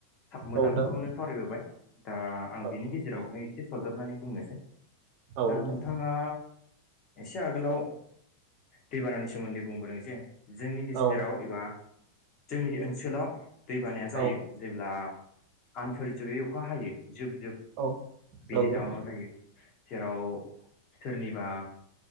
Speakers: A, on the left; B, on the right.
A: मोजांखौनो
B: औ नोंथां
A: सावरायबोबाय दा आं
B: औ
A: बिनि गेजेरावहाय एसे सरजाबनानै बुंनोसै।
B: औ
A: दा
B: नोंथां
A: नोंथाङा एसे आगोलाव दैबानानि सोमोन्दै बुंबोदों जे जोंनि गेजेराव
B: औ
A: एबा जोंनि ओनसोलाव दै बानाया जायो
B: औ
A: जेब्ला आन्थोरजयै अखा हायो जुब जुब
B: औ
A: बेनि
B: नंगौ
A: जाउनाव जायो । जेराव सोरनिबा